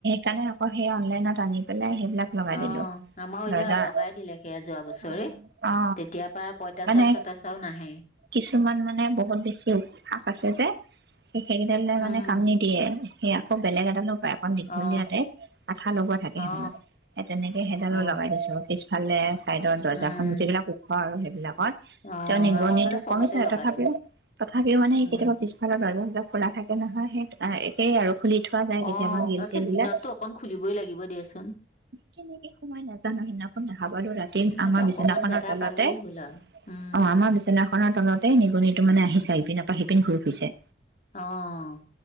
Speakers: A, on the right; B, on the left.
A: কাৰণে আকৌ সেই অনলাইনত আনি পেলাই সেইবিলাক লগাই
B: অ
A: দিলো
B: আমাৰো
A: দৰ্জাৰ
B: এতিয়া লগাই দিলে সেয়া যোৱা বছৰে
A: অ অ
B: তেতিয়াৰ পৰা পঁইতাচোৰা
A: মানে
B: চতাচোৰাও নাহে
A: কিছুমান মানে বহুত বেছি ফাক আছে যে সেই সেইকেইডাল লৈ
B: উম
A: মানে সেয়া সেই আকৌ বেলেগ আ দীঘলীয়া
B: অ
A: টাইপ আঠা লগোৱা থাকে সেইডালত
B: অ
A: সেই তেনেকে সেইডালো
B: অ
A: লগাই দিছো পিছফালে চাইদৰ দৰ্জাখনন
B: উম
A: যিবিলাক ওখ আৰু সেইবিল
B: অ
A: তেওঁ নিগনিটো
B: আমাৰ মানে চবতে
A: কমিছে আৰু
B: লগালো
A: তথাপিও তথাপিও মানে
B: উম
A: কেতিয়াবা পিছফালত দৰ্জা চৰ্যা খোলা থাকে নহয় সেই একেই আৰু খুলি থোৱা যায় কেতিয়াবা
B: অ
A: শিল
B: তাকে
A: চিল বিলাক।
B: দিনততো অকন খুলিবই লাগিব দিয়াচোন
A: কেনেকে সোমাই নাজানো সিনাখনা ভবালো ৰাতি
B: সিহঁতে
A: আমাৰ বিছনাখনৰ
B: অকমান জেগা
A: তলতে
B: পালেই
A: অ
B: হ'ল আৰু উম
A: আমাৰ বিচনাখনৰ তলতে নিগনিটো মানে
B: উম,
A: আহিছা ইপিনৰ পৰা সিপি ঘূ পিছে
B: অ'